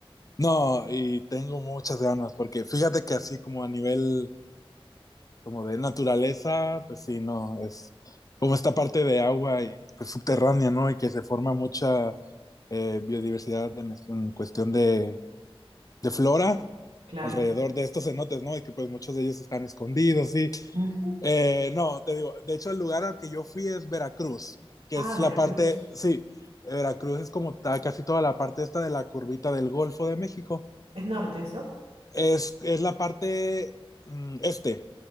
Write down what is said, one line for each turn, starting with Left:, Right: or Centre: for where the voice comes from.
Left: No, y tengo muchas ganas, porque fíjate que así como a nivel como de naturaleza, pues sí, no, es como esta parte de agua y pues subterránea, ¿no? Y que se forma mucha eh, biodiversidad en, es- en cuestión de, de flora
Right: Claro.
Left: alrededor de estos cenotes, ¿no? Y que pues muchos de ellos están escondidos, sí.
Right: Ujú.
Left: Eh, no, te digo, de hecho el lugar al que yo fui es Veracruz, que
Right: Ah,
Left: es
Right: Veracruz.
Left: la parte, sí, Veracruz es como ta- casi toda la parte esta de la curvita del Golfo de México.
Right: ¿Es norte eso?
Left: Es, es la parte mm, este,